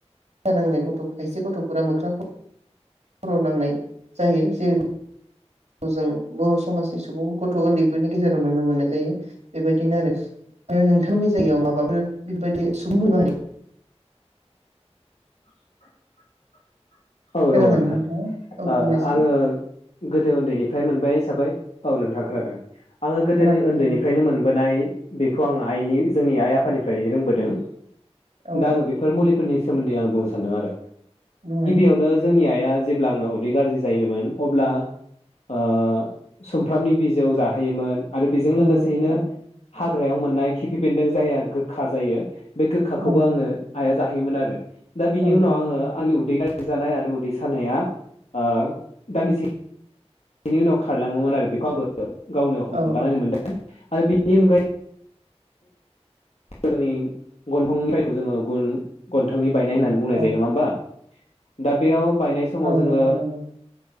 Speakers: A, on the right; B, on the left.
A: खाया नांनाय गथ' खायसे गथ'फोरा मोख्राखौ खर' नांनाय जायो जेरै बो जों बर' समाजनि सुबुं गथ' उन्दैफोरनि गेजेराव नुनो मोननाय जायो बेबायदिनो आरो नोंथांनि जायगायाव माबाफोर बेफोरबायदि सुबुंनि बारि
B: <inaudible> औ
A: खोनादोंमोन
B: दङ नोंथां
A: नोंथाङा? औ
B: ओ
A: बुंनायसाय
B: आङो गोदो उन्दैनिफ्राय मोनबाय हिसाबै औ नोंथां खोनादों। आङो गोदोनि
A: खोनादों
B: ओन्दैनिफ्रायनो मोनबोनाय बेखौ आङो आइनि जोंनि आइ आफानिफ्राय रोंबोदों।
A: औ
B: दा
A: औ
B: आङो बेफोर मुलिफोरनि सोमोन्दै आं बुंनो सानदों आरो।
A: <unintelligible>
B: खौनो जोंनि आइआ जेब्ला आङो उदै गाज्रि जायोमोन अब्ला ओ सुमफ्रामनि बिजौ जाहोयोमोन। आरो बेजों लोगोसेयैनो
A: नंगौ नंगौ
B: हाग्रायाव मोननाय खिफि बेन्दों जाया गोखा जायो बे गोखाखौबो
A: नंगौ
B: आंनो आइया जाहैयोमोन आरो। दा बिनि
A: औ
B: उनाव
A: नंगौ
B: आङो आंनि उदै गाज जानाय आरो उदै सानाया ओ दान्दिसे बिनि उनाव खारलाङोमोन आरो बेखौ आंबो गावनो हमदांनानै
A: औ औ
B: मोनदों। आरो बेनि अनगायै जोंनि गन्थंनिफ्रायखौ जोङो गुन गन्थंनि बायनाय होननानै बुंनाय
A: औ
B: जायो नङा होमबा। दा बेयाव बायनाय समाव
A: औ
B: जोङो
A: नंगौ नंगौ